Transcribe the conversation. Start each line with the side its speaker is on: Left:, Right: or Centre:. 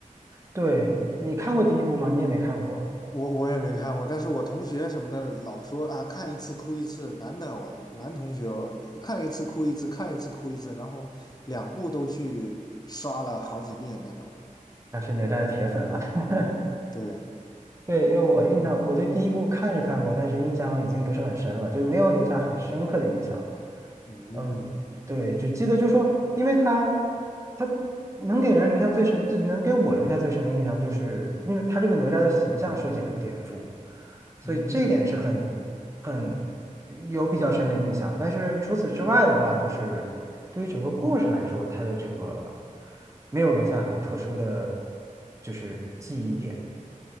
Right: 对你看过第一部吗？你也没看过，
Left: 我我也没看过，但是我同学什么的老说啊，看一次哭一次，男的我男同学哦看一次哭一次，看一次哭一次，然后两部都去刷了好几遍那种。
Right: 那是哪吒的铁粉了。<laughs>
Left: 对，
Right: 对，因为我印象，我对第一部看是看过，但是印象已经不是很深了，就是没有留下很深刻的印象。
Left: 嗯
Right: 嗯，对，只记得就是说，因为他他能给人留下最深，就能给我留下最深的印象，就是因为他这个哪吒的形象设计很颠覆，所以这一点是很很
Left: 嗯嗯，
Right: 有比较深的印象。但是除此之外的话，就是对于整个故事来说，它的这个没有留下很特殊的就是记忆点。